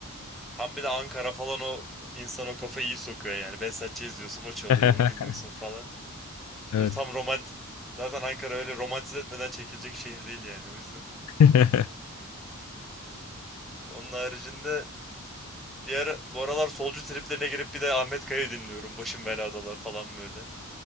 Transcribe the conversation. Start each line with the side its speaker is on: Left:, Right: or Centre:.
Centre: Tam bir de Ankara falan o insan o kafayı iyi sokuyor yani. Behzat Ç izliyorsun o çalıyor
Left: <laughs>
Centre: onu dinliyorsun falan.
Left: Evet.
Centre: Böyle Tam romant. Zaten Ankara öyle romantize etmeden çekilecek şehir değil yani o yüzden.
Left: <laughs>
Centre: Onun haricinde Bir ara, bu aralar solcu triplerine girip bir de Ahmet Kaya'yı dinliyorum. Başım beladalar falan böyle.